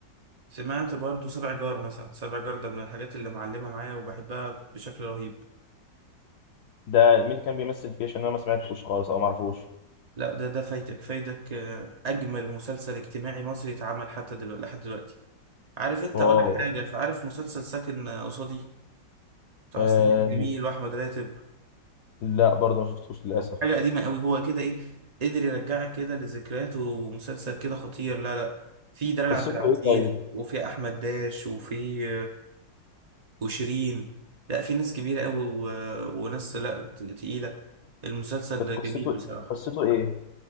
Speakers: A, on the right (about 45°); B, on the left (about 65°).
A: سمعت برضو سبع جار مثلا سبع جار ده من الحاجات اللي معلمة معايا وبحبها بشكل رهيب
B: ده مين اللي كان بيمثل فيه عشان انا ما سمعتوش خالص او ما اعرفوش
A: لا ده ده فايتك فايتك آه، اجمل مسلسل اجتماعي مصري اتعمل حتى دلوقتي لحد دلوقتي عارف انت
B: واو
A: اقول لك حاجة فعارف مسلسل ساكن آه، قصادي بتاع
B: آه
A: سمير جميل واحمد راتب
B: لا برضه ما شفتوش للاسف
A: حاجة قديمة قوي هو كده ايه قدر يرجعك كده لذكريات ومسلسل كده خطير لا لا في دلال
B: قصته
A: عبد العزيز
B: ايه طيب
A: وفي احمد داش وفي وشيرين لا في ناس كبيرة قوي و... وناس لا ت- تقيلة المسلسل
B: كانت قصته
A: جميل بصراحة
B: قصته ايه